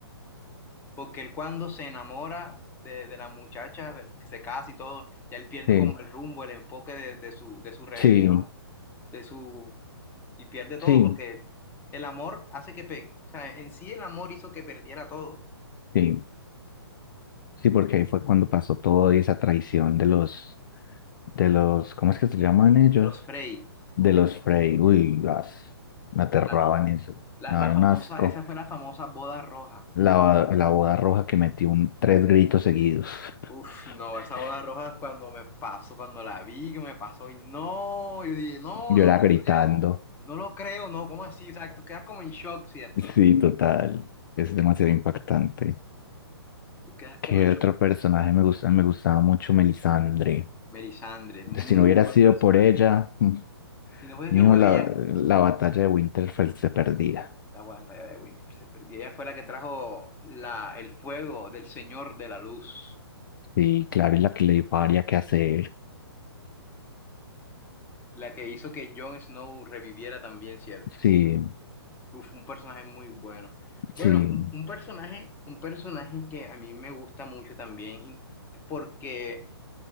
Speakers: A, on the left; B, on the left.
A: Porque él cuando se enamora de, de la muchacha, que se casa y todo, ya él pierde
B: Sí,
A: como el rumbo, el enfoque de, de su, de su rebelión,
B: sí,
A: de su... y pierde todo
B: sí,
A: porque el amor hace que... pe- o sea, en sí el amor hizo que perdiera todo.
B: sí, sí, porque ahí fue cuando pasó todo y esa traición de los, de los, ¿cómo es que se llaman ellos?
A: De los Frey.
B: De los Frey, uy, las, me aterraban
A: La,
B: eso,
A: la,
B: me
A: la
B: daban
A: famosa,
B: un asco.
A: esa fue la famosa boda roja.
B: La, la boda roja que metí un, tres gritos seguidos, <laughs>
A: Uf, no, esa boda roja cuando me pasó, cuando la vi, que me pasó y no, yo dije, no,
B: yo
A: no
B: era
A: lo
B: gritando,
A: creo, no lo creo, no, ¿cómo así? O sea, tú quedas como en shock, ¿cierto?
B: sí, total, es demasiado impactante.
A: Tú quedas como
B: ¿Qué
A: en shock.
B: otro personaje me gusta? Me gustaba mucho Melisandre.
A: Melisandre, muy
B: Si no hubiera
A: buen
B: sido
A: personaje.
B: por ella, mm,
A: Si no hubiese
B: mijo,
A: sido por
B: la,
A: ella,
B: la batalla de Winterfell se perdía.
A: la batalla de Winter se perdió. Ella fue la que trajo la, el fuego del Señor de la Luz,
B: Sí, claro, es la que le dijo a Arya qué hacer.
A: la que hizo que Jon Snow reviviera también, ¿cierto?
B: Sí,
A: Uf, un personaje muy bueno. Bueno,
B: sí.
A: un, un personaje, un personaje que a mí me gusta mucho también, y- porque